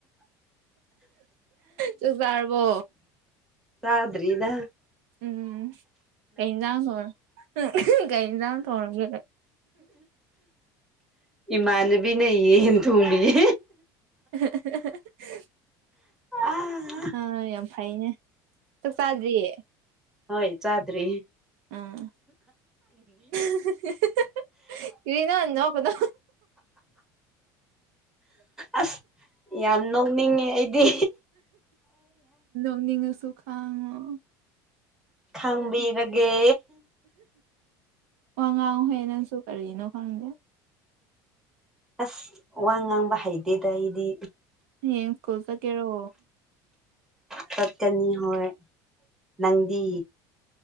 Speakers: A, on the right (about 80°); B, in the centre.
A: ꯆꯛꯆꯥꯔꯕꯣ
B: ꯆꯗ꯭ꯔꯤꯗ
A: ꯎꯝ ꯀꯩ ꯌꯦꯟꯖꯥꯡ ꯇꯧꯔ ꯀꯩ ꯌꯦꯟꯖꯥꯡ ꯇꯧꯔꯒꯦ
B: ꯏꯃꯥꯟꯅꯕꯤꯅ ꯌꯦ ꯌꯦꯟ ꯊꯣꯡꯕꯤꯌꯦ
A: <unintelligible>
B: ꯑꯥ
A: ꯑꯥ ꯌꯥꯝ ꯐꯩꯅꯦ ꯆꯥꯛ ꯆꯥꯗ꯭ꯔꯤꯌꯦ
B: ꯍꯣꯏ ꯆꯥꯗꯔꯤ
A: ꯑꯥ <unintelligible> ꯀꯔꯤꯅꯣ ꯅꯣꯛꯀꯅꯣ
B: ꯑꯁ ꯌꯥꯝ ꯅꯣꯛꯅꯤꯡꯉꯦ ꯑꯩꯗꯤ
A: ꯅꯣꯛꯅꯤꯡꯉꯁꯨ ꯈꯥꯡꯉꯣ
B: ꯈꯥꯡꯕꯤꯔꯒꯦ
A: ꯋꯥ ꯉꯥꯡꯉꯣꯍꯦ ꯅꯪꯁꯨ ꯀꯔꯤꯅꯣ ꯈꯪꯗꯦ
B: ꯑꯁ ꯋꯥ ꯉꯥꯡꯕ ꯍꯩ ꯇꯤꯗ ꯑꯩꯗꯤ
A: ꯍꯌꯦꯡ ꯁ꯭ꯀꯨꯜ ꯆꯠꯀꯦꯔꯣ
B: ꯆꯠꯀꯅꯤ ꯍꯣꯏ ꯅꯪꯗꯤ